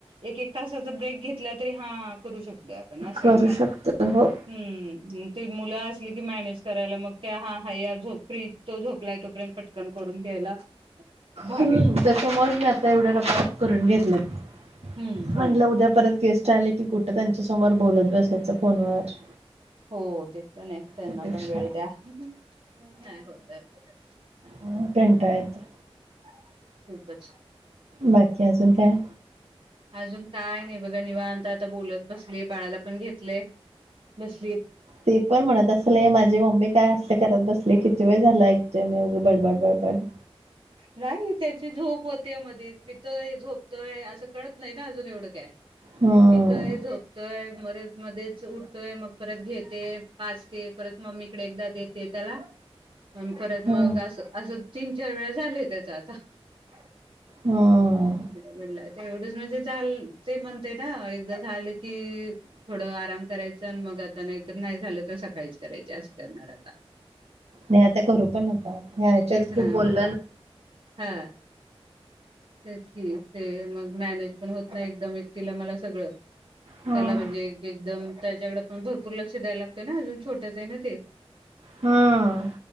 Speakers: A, on the right; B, on the right.
A: एक एक तासाचा ब्रेक घेतला तरी हां करू शक द्या पण असं
B: करू
A: आहे ना
B: शकतो हो
A: हं ते मुल असं ती मॅनेज करायला मग ते हा हा हाय फ्री तो झोपलाय तोपर्यंत पटकन करून घ्यायला... भाग
B: हूं
A: आहे.
B: त्याच्यामुळेच मी आता एवढ्या रपारप करून घेतलेत.
A: हम्म
B: म्हंटल
A: हो ना.
B: उद्या परत गेस्ट आले की कुठं त्यांच्या समोर बोलत बसायचं फोनवर
A: हो ते पण आहे त्यांना
B: त्यापेक्षा
A: पण वेळ द्या नाय होत य अस काय?
B: हूं कंटाळतोय....
A: <inaudible> खूपच
B: बाकी अजून काय?
A: अजून काय नाही बघा निवांत आता बोलत बसलीये बाळाला पण घेतलंय बस
B: ते पण म्हणत असल ए माझी मम्मी काय असले घरात बसले किती वेळ झालाय? ते ने उगी बडबड बडबड
A: नाही त्याची झोप होते मधे पितोय झोपतोय असं कळत नाही ना अजून एवढं काय?
B: हम्म
A: पितोय झोपतोय मध्ये मध्येच उठतोय मग परत घेते पाजते परत मम्मीकडे एकदा देते त्याला अन परत मग
B: हम्म
A: असं असं रिकामा ऑडिओ <inaudible> चार वेळा झालय त्याच आता <unintelligible>
B: हम्म
A: तेवढच म्हणजे झाल ते म्हणते ना एकदा झालं की थोडं आराम करायचं आणि मग आता नाहीतर नाही झालं तर सकाळीच करायचे असं करणार आता
B: नाय आता करू पण नका ह्या हेच्यात
A: तेच
B: खूप
A: ना
B: बोला
A: हा तेच कि ते मग मॅनेज पण होत नाय एकदम एकटीला मला सगळं
B: हम्म
A: त्याला म्हणजे एकदम त्याच्याकडे पण भरपूर लक्ष द्यायला लागतोय ना अजून छोटंच आहे ना ते
B: हम्म